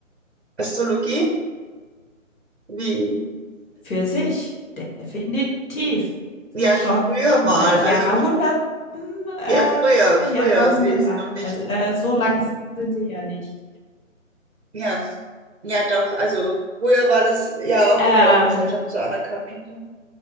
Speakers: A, on the right; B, on the left.
A: Astrologie, wie,
B: Für sich, definitiv.
A: ja,
B: Schon
A: früher mal,
B: seit
A: also,
B: Jahrhunderten, äh,
A: ja, früher, früher
B: Jahrtausende
A: will sie
B: weise
A: noch nicht,
B: äh, so lang sind sie ja nicht.
A: ja, ja, doch, also, früher war das ja auch
B: Ähm,
A: in der Gesellschaft so anerkannt und so,